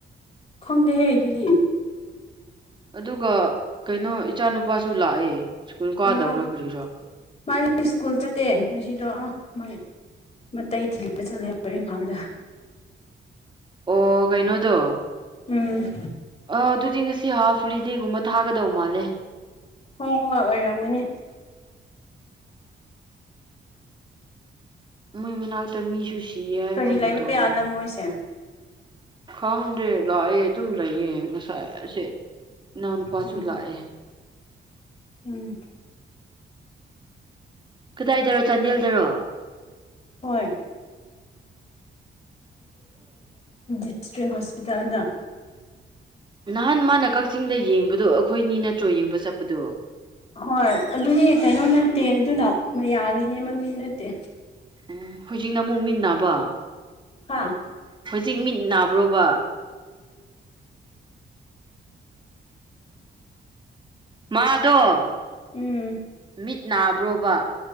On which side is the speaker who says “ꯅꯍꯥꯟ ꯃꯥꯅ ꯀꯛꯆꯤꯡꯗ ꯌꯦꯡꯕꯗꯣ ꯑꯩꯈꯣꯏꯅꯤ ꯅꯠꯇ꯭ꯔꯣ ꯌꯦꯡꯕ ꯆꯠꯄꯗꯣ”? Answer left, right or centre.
Right